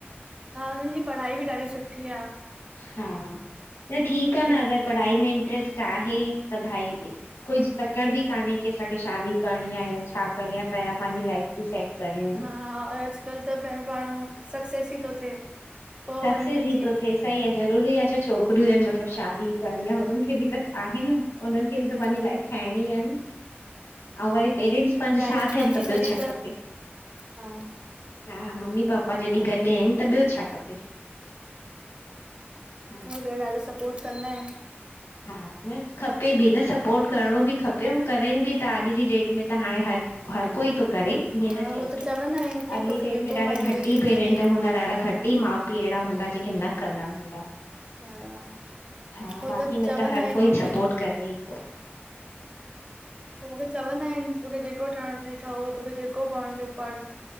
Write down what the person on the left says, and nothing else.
हा न ठीकु आ न
अगरि पढ़ाई में इंट्रेस्ट आहे त भाई कुझु तकड़ बि कान्हे की असांखे शादी करिणी आहे या छा करणी आहे पहिरां पंहिंजी लाइफ सेंट करणी। आ।
सक्सेस
ई थो थिए सही आहे ज़रूरी आहे छा छोकिरियूं आहिनि मतलबु शादी करणी आ हुननि खे बि त आहे न हुननि खे बि
त पंहिंजी
लाइफ ठाहिणी ई आहे न अऊं वरी पेरेंट्स
पंहिंजो
साथ
आहिन त ॿियो
छा खपे।
हा मम्मी पापा जॾहिं गॾु आहिनि त ॿियो छा खपे। हा।
हा न खपे बि न सपोट करिणो बि खपे ऐं करनि बि तां अॼु जी डेट में त हाणे हर हर कोई तो करे। ईअं
न
चइजे
अॼु
ई डेट
में ॾाढा
घटि
ई पेरेंट
हूंदा ॾाढा घटि ई माउ पीउ अहिड़ा हूंदा जेके न कंदा हूंदा।
हा
बाक़ी
न
त हर
कोई
सपोर्ट करे ई तो।